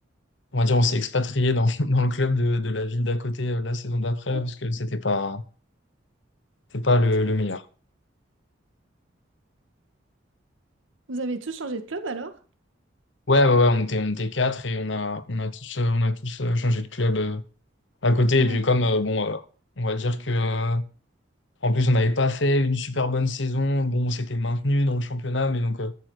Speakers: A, on the left; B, on the right.
A: on va dire, on s'est expatrié dans, <laughs> dans le club de, de la ville d'à côté euh, la saison d'après
B: Ouais,
A: parce que c'était pas, c'était pas le,
B: c'est
A: le
B: bon.
A: meilleur.
B: Vous avez tous changé de club alors?
A: Ouais, ouais, ouais, on était, on était quatre et on a, on a tous, euh, on a tous euh, changé de club euh, à côté.
B: Ah Ouais.
A: Et puis, comme, euh, bon, euh, on va dire que, euh, En plus, on n'avait pas fait une super bonne saison. Bon, on s'était maintenu dans le championnat, mais donc euh,